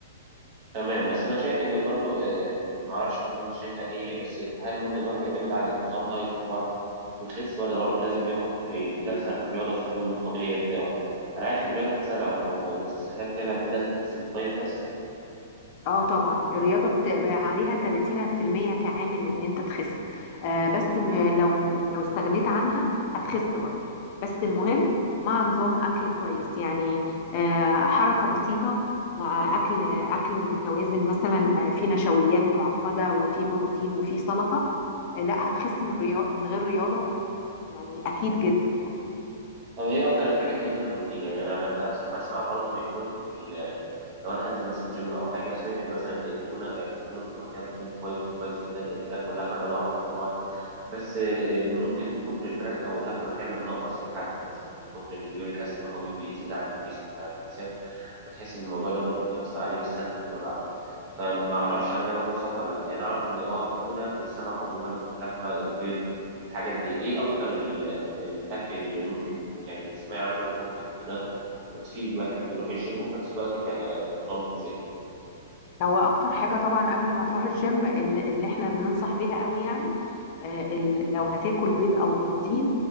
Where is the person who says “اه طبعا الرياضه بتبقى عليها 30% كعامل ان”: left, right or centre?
Left